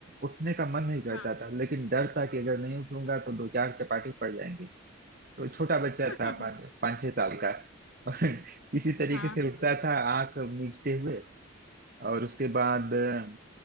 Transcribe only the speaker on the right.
उठने का मन नहीं करता
था लेकिन डर था कि अगर नहीं उठूंगा तो दो चार चपाटी पड़ जाएंगे तो छोटा बच्चा
था पाँच पाँच छह साल का और <laughs> किसी तरीके
से उठता था आंख मीचते हुए और उसके बाद अ,